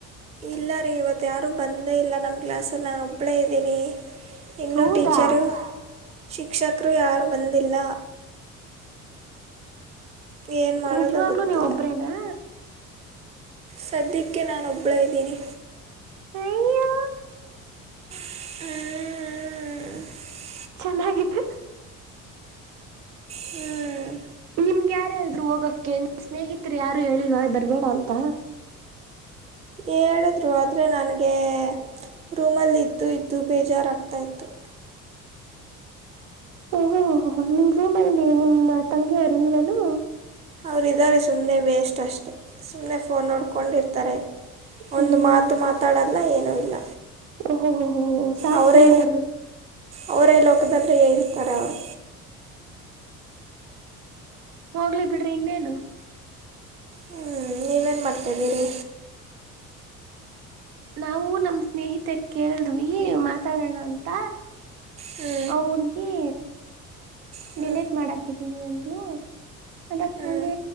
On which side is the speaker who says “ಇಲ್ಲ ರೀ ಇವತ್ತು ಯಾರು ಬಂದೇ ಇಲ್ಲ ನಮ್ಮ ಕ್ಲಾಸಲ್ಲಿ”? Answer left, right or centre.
Right